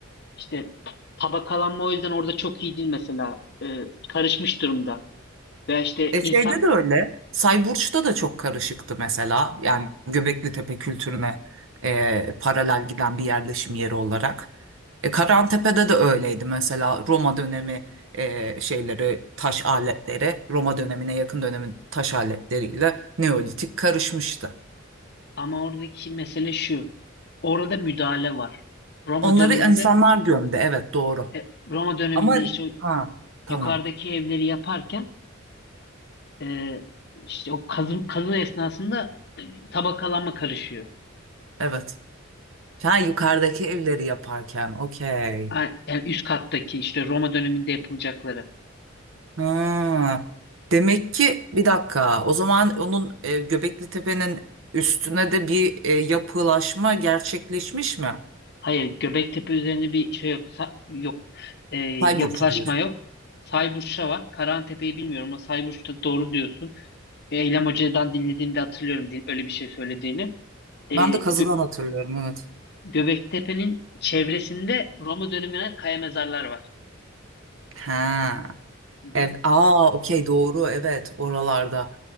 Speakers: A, on the left (about 55°); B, on the right (about 70°).
A: işte tabakalanma o yüzden orada çok iyi değil mesela. Ee, karışmış durumda. Veya işte
B: E
A: insan
B: şeyde de öyle. Sayburç'ta da çok karışıktı mesela. Yani Göbekli Tepe kültürüne e, paralel giden bir yerleşim yeri olarak. E, Karantepe'de de öyleydi mesela. Roma dönemi e, şeyleri, taş aletleri, Roma dönemine yakın dönemin taş aletleriyle Neolitik karışmıştı.
A: ama oradaki mesele şu. Orada müdahale var. Roma
B: Onları
A: döneminde
B: insanlar gömdü. Evet doğru.
A: e, Roma döneminde
B: Ama
A: işte o
B: ha tamam.
A: yukarıdaki evleri yaparken e, işte o kazı, kazı esnasında e, tabakalanma karışıyor.
B: Evet. Ha yukarıdaki evleri yaparken okey.
A: A- Yani üst kattaki işte Roma döneminde yapılacakları.
B: Ha, demek ki bir dakika. O zaman onun e, Göbekli Tepe'nin üstüne de bir e, yapılaşma gerçekleşmiş mi?
A: Hayır, Göbektepe üzerinde bir şey yok. Sa- yok. Ee, yapılaşma
B: Tay Burcu diyorsun.
A: yok. Sayburç'ta var. Karahantepe'yi bilmiyorum ama Sayburç'ta doğru diyorsun. E, Eylem Hoca'dan dinlediğimde hatırlıyorum din- öyle bir şey söylediğini. Ee,
B: Ben de
A: Gö-
B: kazıdan hatırlıyorum evet.
A: Göbektepe'nin çevresinde Roma dönemine kaya mezarlar var.
B: Ha.
A: Hı hı.
B: Ev. Aa okey doğru evet oralarda.